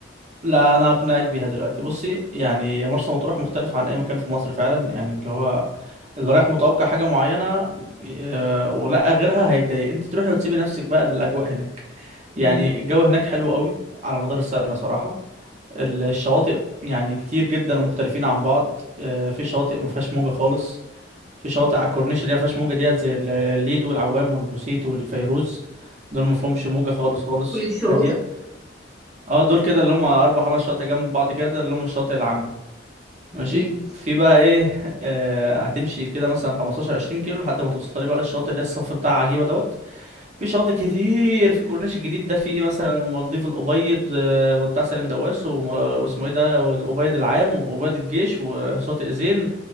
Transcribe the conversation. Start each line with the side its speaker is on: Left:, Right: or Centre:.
Right: لا انا اقنعك بيها دلوقتي بصي يعني مرسى مطروح مختلف عن اي مكان في مصر فعلا يعني اللي هو اللي رايح متوقع حاجه معينه آه، ولقى غيرها هيتضايق انت تروحي وتسيبي نفسك بقى للاجواء هناك
Centre: مم.
Right: يعني الجو هناك حلو قوي على مدار السنه صراحه الشواطئ يعني كتير جدا ومختلفين عن بعض آه، في شواطئ ما فيهاش موجة خالص في شواطئ على الكورنيش اللي هي ما فيهاش موجة ديت زي ال- الليد والعوام والبوسيت والفيروز دول ما فيهمش موجة خالص خالص
Centre: كل دي شواطئ
Right: هادية اه دول كده اللي هم أربع خمس شواطئ جنب بعض كده اللي هم الشواطئ العامة
Centre: اوكي
Right: ماشي في بقى ايه <laughs> آه هتمشي كده مثلا 15 20 كيلو لحد ما توصلي بقى للشاطئ اللي هي الصف بتاع عجيبه دوت في شواطئ كتير في كورنيش الجديد ده في مثلا مالديف الابيض آه، بتاع سالم دواس وم- واسمه ايه ده والابيض العام وابيض الجيش وشاطئ زين